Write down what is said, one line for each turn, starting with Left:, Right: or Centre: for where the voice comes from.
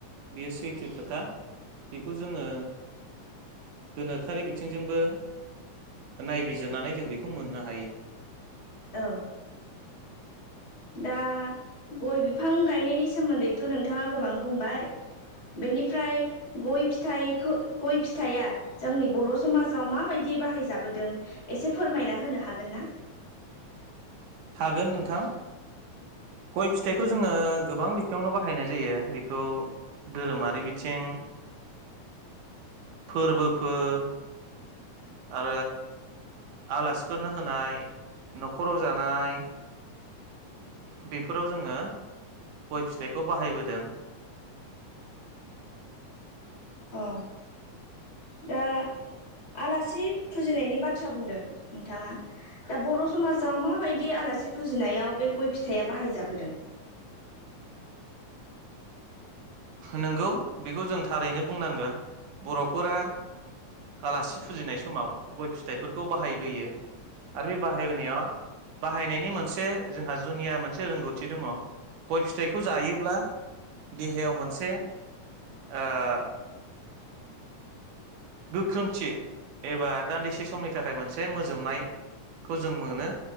Right: बेयो सैथो खोथा बेखौ जोङो गोनोखोआरि बिथिंजोंबो नायबिजिरनानै जों बेखौ मोननो हायो।
Left: औ दा गय बिफां गायनायनि सोमोन्दैथ नोंथाङा गोबां बुंबाय बेनिफ्राय गय फिथाइ खौ गय फिथाइया जोंनि बर समाजाव माबायदि बाहायजाबोदों एसे फोरमायना होनो हागोन ना?
Right: हागोन नोंथां गय फिथाइखौ जोङो गोबां बिथिङावनो बाहायनाय जायो बेखौ धोरोमारि बिथिं फोरबोफोर ओ आलासिफोरनो होनाय नखराव जानाय बेफोराव जोङो गय फिथाइखौ बाहायबोदों
Left: अ दा आलासि फुजिनायनि बाथ्रा बुंदों नोंथाङा दा बर समाजाव माबायदि आलासि फुजिनायाव बे गय फिथाइया बाहायजाबोदों
Right: नोंगौ बेखौ जों थारैनो बुंनांगोन बरफोरा आलासि फुजिनाय समाव गय फिथाइफोरखौ बाहायबोयो आरो बे बाहायबोनायाव बाहायनायनि मोनसे जोंहा जुनिया मोनसे रोंगौथि दङ गय फिथाइखौ जायोब्ला देहायाव मोन से ओ गोख्रोंथि एबा दान्दिसे समनि थाखाय मोनसे मोजोमनायखौ जों मोनो